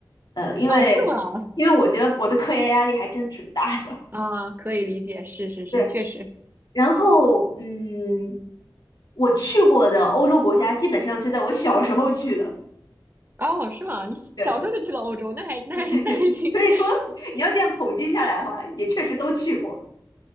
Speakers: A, on the left; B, on the right.
A: 呃，因为因为我觉得我的科研压力还真挺大的。
B: 哦，是吗？啊，可以理解，是是是，
A: <laughs> 对，
B: 确实。
A: 然后，嗯，我去过的欧洲国家基本上是在我小时候去的，
B: 哦，是吗？你小小时候就去了欧洲，
A: 对，
B: 那还那还那还挺。
A: <laughs> 所以说
B: <laughs>
A: 你要这样统计下来的话，也确实都去过。